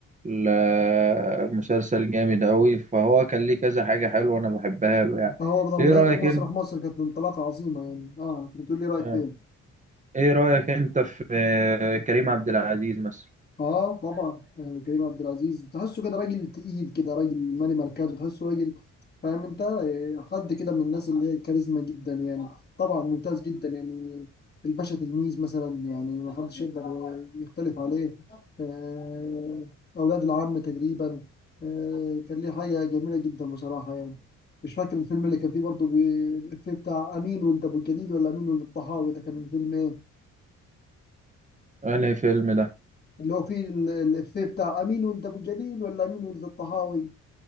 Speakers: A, on the right; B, on the left.
A: ال- مسلسل جامد أوي فهو كان ليه كذا حاجة حلوة أنا بحبها له يعني
B: آه، هو لما
A: إيه
B: بدايته
A: رأيك
B: في مسرح
A: أنت
B: مصر كانت انطلاقه عظيمه يعني اه كنت بتقول لي إيه رايك
A: آه.
B: فيها
A: إيه رأيك أنت في آه، كريم عبد العزيز مثلا
B: اه طبعا آه، كريم عبد العزيز تحسه كده راجل تقيل كده راجل مالي مركزه تحسه راجل فاهم انت آه، حد كده من الناس اللي هي كاريزما جدا يعني طبعا ممتاز جدا يعني الباشا تلميذ مثلا يعني ما حدش يقدر يختلف عليه آه، اولاد العم تقريبا آه، كان ليه حاجه جميله جدا بصراحه يعني مش فاكر الفيلم اللي كان فيه برضه بي- الإفيه بتاع امين ولد ابو الجليل ولا امين ولد الطحاوي ده كان الفيلم إيه؟
A: أنهي فيلم ده
B: اللي هو فيه ال- الإفيه بتاع أمين ولد أبو جليل ولا أمين ولد الطهاوي